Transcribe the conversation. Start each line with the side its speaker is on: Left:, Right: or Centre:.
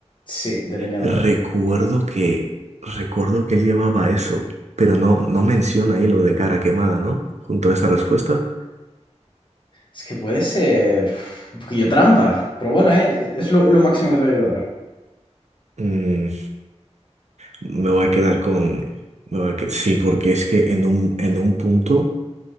Left: Sí, de leñador.
Right: Recuerdo que, recuerdo que él llevaba eso, pero no, no menciona ahí lo de cara quemada, ¿no? Junto a esa respuesta.
Left: Es que puede ser uf, un poquillo trampa, pero bueno, eh, eh, es lo, lo máximo que te voy a ayudar.
Right: Mm, Me voy a quedar con... me voy a que- sí, porque es que en un, en un punto